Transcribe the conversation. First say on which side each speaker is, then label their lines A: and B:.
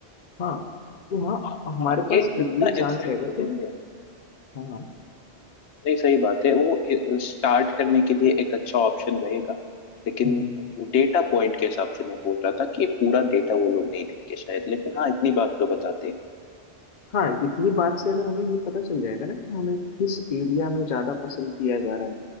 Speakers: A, on the left; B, on the left.
A: हाँ तो हाँ
B: हाँ,
A: हमारे
B: हाँ,
A: पास
B: ये
A: ये
B: इतना
A: चांस
B: इंसाइट
A: रहेगा
B: वो
A: कि
B: देते
A: हम
B: हैं
A: हाँ हाँ
B: नहीं सही बात है वो स्टार्ट करने के लिए एक अच्छा ऑप्शन रहेगा लेकिन
A: हम्म हम्म।
B: डेटा पॉइंट के हिसाब से मैं बोल रहा था कि पूरा डेटा वो लोग नहीं देंगे शायद लेकिन हाँ इतनी बात तो बताते हैं
A: हाँ, इतनी बात से अगर हमें ये पता चल जाएगा ना कि हमें किस एरिया में ज्यादा पसंद किया जा रहा है